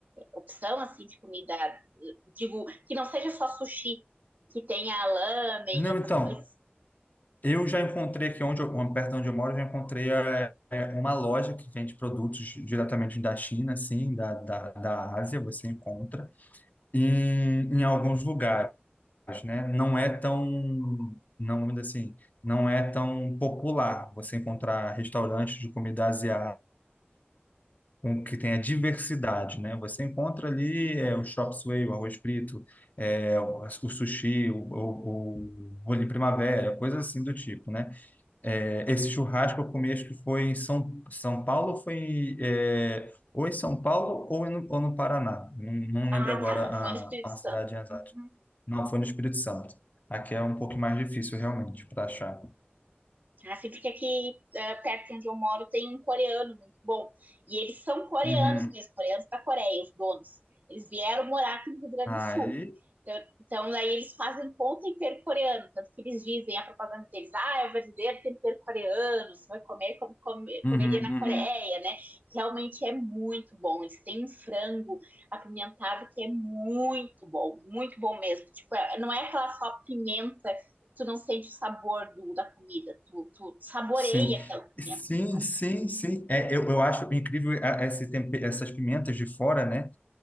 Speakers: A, on the right (about 45°); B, on the left (about 40°).
A: opção assim de comida, digo, que não seja só sushi, que tenha lamen
B: Não,
A: e outras
B: então,
A: coisas.
B: eu já encontrei aqui onde eu, perto de onde eu moro, eu já encontrei é, é, uma loja que vende produtos diretamente da China, assim, da, da, da Ásia, você encontra, em, em alguns lugares. né? Não é tão, não, vamos dizer assim, não é tão popular você encontrar restaurantes de comida asiática com que tenha diversidade, né? Você encontra ali é, o chop suey, o arroz frito, é, o, o sushi, o, o, o rolinho primavera, coisas assim do tipo, né? É, esse churrasco eu comi, acho que foi em São, São Paulo, foi é, ou em São Paulo ou no, ou no Paraná. Não, não
A: Ah,
B: lembro agora
A: tá, não
B: a,
A: foi no Espírito
B: a
A: Santo.
B: cidade exata.
A: Uhum.
B: Não foi no Espírito Santo. Aqui é um pouco mais difícil, realmente, para achar.
A: Assim, porque aqui eh, perto de onde eu moro tem um coreano muito bom. E eles são coreanos
B: Uhum.
A: mesmo, coreanos da Coreia, os donos. Eles vieram morar aqui no Rio Grande
B: Aí.
A: do Sul. Então, então daí eles fazem com tempero coreano, tanto que eles dizem a propaganda deles, ah, é o verdadeiro tempero coreano, você vai comer como come-
B: Uhum,
A: comeria na
B: uhum.
A: Coreia, né? Realmente é muito bom. Eles têm um frango apimentado que é muito bom, muito bom mesmo. Tipo, é- não é aquela só pimenta tu não sente o sabor do, da comida, tu, tu saboreia
B: Sim.
A: aquela comida,
B: Sim,
A: sabe?
B: sim, sim. É, eu, eu acho incrível a- esse tempe- essas pimentas de fora, né?